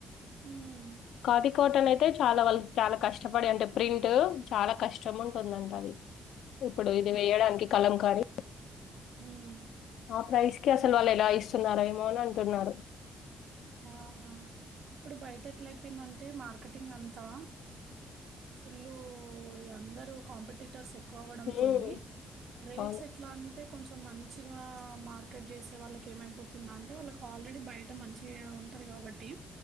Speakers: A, on the right; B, on the left.
A: హ్మ్.
B: కాది కాటనే అయితే చాలా వాళ్ళకి చాలా కష్టపడి అంటే ప్రింట్ చాలా కష్టం ఉంటుందంట అది ఇప్పుడు ఇది వేయడానికి కలం కారీ
A: హుమ్
B: ఆ ప్రైస్ కి అసలు వాళ్ళు ఎలా ఇస్తున్నారో ఏమో అని అంటున్నారు
A: ఆహా ఇప్పుడు బయట ఎట్లయిపోయిందంటే మార్కెటింగ్ అంతా ఫులు అందరూ కాంపిటటర్స్ ఎక్ పోవడంతోనీ
B: హ్మ్.
A: రేట్స్
B: అవును.
A: ఎట్లా అంటే కొంచెం మంచిగా మార్కెట్ చేసే వాళ్ళకి ఏమైపోతుందని వాళ్ళకి ఆల్రెడీ బయట మంచి చే ఉంటుంది కాబట్టి